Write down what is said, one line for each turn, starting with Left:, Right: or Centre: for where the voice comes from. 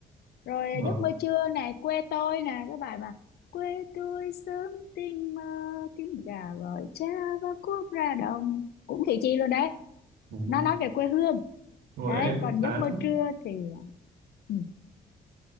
Left: rồi à,
Right: ờ,
Left: giấc mơ trưa này quê tôi nè cái bài mà quê tôi sớm tinh mơ tiếng gà gọi cha và cuốc ra đồng cũng Thị Chi luôn đấy
Right: đúng
Left: nó
Right: rồi.
Left: nói về quê hương
Right: Đúng rồi,
Left: đấy
Right: em
Left: còn giấc
Right: khá
Left: mơ
Right: thích
Left: trưa thì ừ.